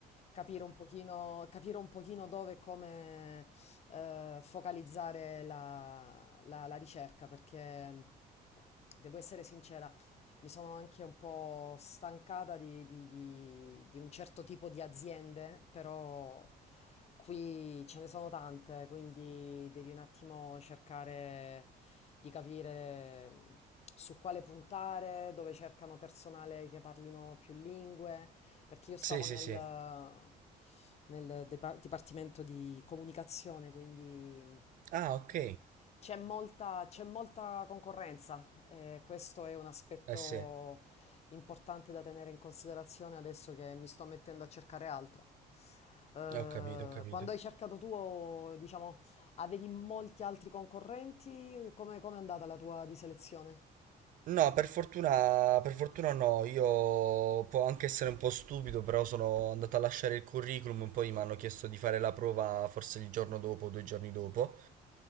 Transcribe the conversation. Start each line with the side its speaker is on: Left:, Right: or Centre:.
Left: capire un pochino, capire un pochino dove e come, eh, focalizzare la, la la ricerca, perché devo essere sincera mi sono anche un po' stancata di, di- di- di un certo tipo di aziende, però qui ce ne sono tante, quindi devi un attimo cercare di capire mh, su quale puntare, dove cercano personale che parlino più lingue, perché io stavo
Right: Sì, sì,
Left: nel...
Right: sì.
Left: nel depa- dipartimento di comunicazione, quindi mm,
Right: Ah, ok.
Left: c'è molta, c'è molta concorrenza, eh, questo è un aspetto
Right: Eh sì,
Left: importante da tenere in considerazione adesso che mi sto mettendo a cercare altro. Eh,
Right: ho capito, ho capito.
Left: quando hai cercato tu, diciamo, avevi molti altri concorrenti? Come, come è andata la tua di selezione?
Right: No, per fortuna, per fortuna no, io può anche essere un po' stupido, però sono andato a lasciare il curriculum, poi mi hanno chiesto di fare la prova forse il giorno dopo, o due giorni dopo,